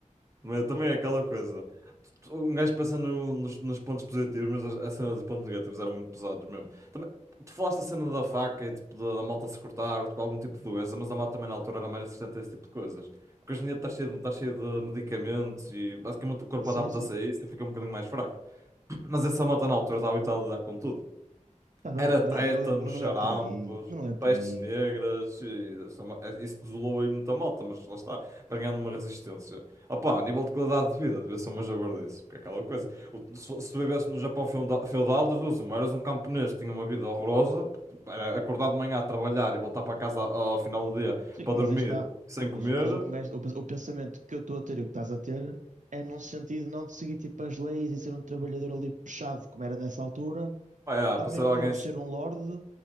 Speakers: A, on the right; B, on the right.
A: Mas também é aquela coisa. Tu- Um gajo pensa no- nos, nos pontos positivos, mas a, a cena dos pontos negativos eram muito pesados mesmo. Também, tu falaste a cena da faca e tipo, da, da malta se cortar, tipo, algum tipo de doença, mas a malta também na altura era mais resistente a esse tipo de coisas. Porque hoje em dia está cheio, de- está cheio de medicamentos e basicamente o corpo
B: Sim,
A: adapta-se
B: sim.
A: a isso e fica um bocadinho mais fraco. Mas essa malta na altura estava habituada a lidar com tudo.
B: Está bem,
A: Era
B: mas,
A: tétanos,
B: mas, não é, mas
A: charampos,
B: não é por aí. Mas não é por
A: pestes
B: aí.
A: negras, e essa ma- é, isso desolou aí muita malta, mas lá está, vai ganhando uma resistência. Opá, a nível de qualidade de vida, devia ser uma jabardice, porque é aquela coisa. O- Se, se tu vivesse no Japão feudal, feudal, das duas, uma, eras um camponês que tinha uma vida horrorosa, era acordar de manhã a trabalhar e voltar para casa ao final do dia
B: Sim,
A: para
B: mas
A: dormir
B: aí está.
A: sem
B: Mas,
A: comer,
B: mas o, que um gajo- o, pens- o pensamento que eu estou a ter e o que estás a ter é num sentido não de seguir tipo as leis e ser um trabalhador ali puxado, como era nessa altura.
A: pá, é,
B: Também
A: para ser
B: não
A: alguém
B: é um
A: assim,
B: ser um lorde,